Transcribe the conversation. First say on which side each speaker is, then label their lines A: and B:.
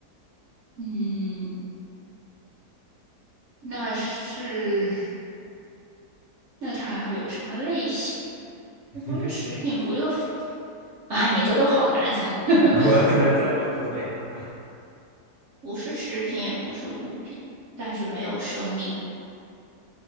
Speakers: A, on the right; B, on the left.
A: 嗯，那是，那它还有什么类型？
B: <laughs>
A: 也不是食品，不用，啊，你的都好难的，<laughs>
B: 我很难猜吗？不会啦。
A: 不是食品，也不是物品，但是没有生命。